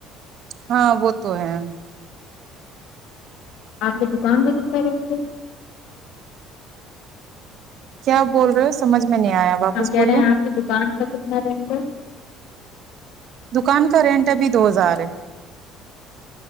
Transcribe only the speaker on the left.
آپ کی دکان کا کتنا بنتا
ہم کہہ
رہے ہیں آپ کی دکان کا کتنا رینٹ ہے